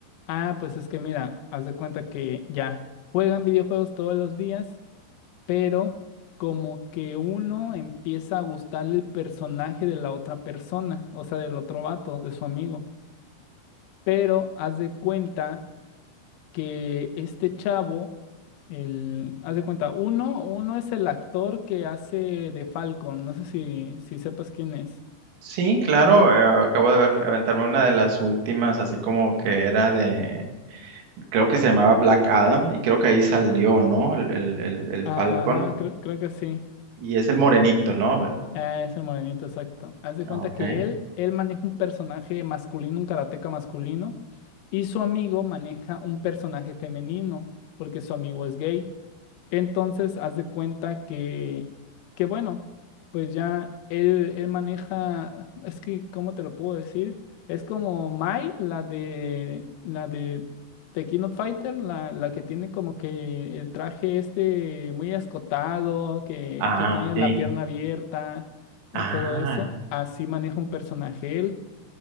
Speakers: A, on the left (about 85°); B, on the right (about 75°).
A: ah, pues es que mira, haz de cuenta que ya juegan videojuegos todos los días pero como que uno empieza a gustarle el personaje de la otra persona, o sea, del otro vato, de su amigo. Pero haz de cuenta que este chavo, el, haz de cuenta, uno, uno es el actor que hace de Falcon, no sé si, si sepas quién es.
B: Sí, claro,
A: Uno,
B: eh, acabo de ver, aventarme una de las últimas, así como que era de, creo que se llamaba Black Adam, y creo que ahí salió, ¿no? El, el, el- el
A: ajá,
B: Falcon,
A: creo, creo que sí.
B: y es el morenito, ¿no?
A: Ah, es el morenito, exacto. Haz de cuenta
B: Ok.
A: que él, él maneja un personaje masculino, un karateca masculino, y su amigo maneja un personaje femenino, porque su amigo es gay. Entonces, haz de cuenta que, que bueno, pues ya él, él maneja, es que, ¿cómo te lo puedo decir? Es como Mai, la de, la de The King of Fighter, la, la que tiene como que el traje este muy escotado, que,
B: Ah,
A: que tiene
B: sí.
A: la pierna abierta y
B: Ah,
A: todo eso. Así maneja un personaje él,